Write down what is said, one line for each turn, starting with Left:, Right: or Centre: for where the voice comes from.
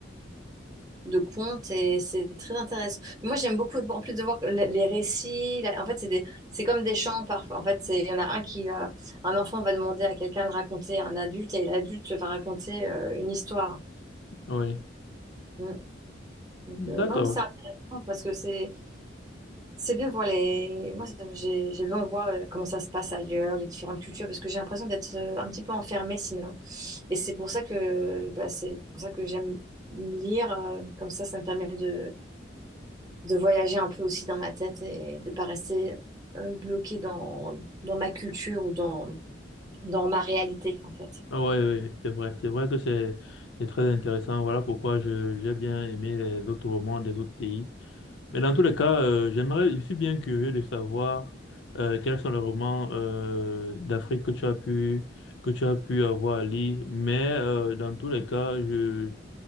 Right: de contes et c'est très intéressant. Moi, j'aime beaucoup, en plus de voir le- les récits, la- en fait, c'est des, c'est comme des chants parfois. En fait, c'est, il y en a un qui va, un enfant va demander à quelqu'un de raconter à un adulte et l'adulte va raconter euh, une histoire.
Left: Oui,
Right: Mm. Donc,
Left: d'accord.
Right: euh, non, mais c'est intéressant parce que c'est, c'est bien de voir les, moi, ça- j'ai, j'ai besoin de voir euh, comment ça se passe ailleurs, les différentes cultures, parce que j'ai l'impression d'être euh, un petit peu enfermée sinon. Et c'est pour ça que, bah, c'est pour ça que j'aime lire, euh, comme ça, ça me permet de de voyager un peu aussi dans ma tête et de pas rester euh, bloquée dans, dans ma culture ou dans, dans ma réalité, en fait.
Left: Ah ouais, ouais, c'est vrai. C'est vrai que c'est c'est très intéressant. Voilà pourquoi je, j'ai bien aimé les autres romans des autres pays. Mais dans tous les cas, euh, j'aimerais, je suis bien curieux de savoir euh, quels sont les romans euh, d'Afrique que tu as pu que tu as pu avoir à lire. Mais euh, dans tous les cas, je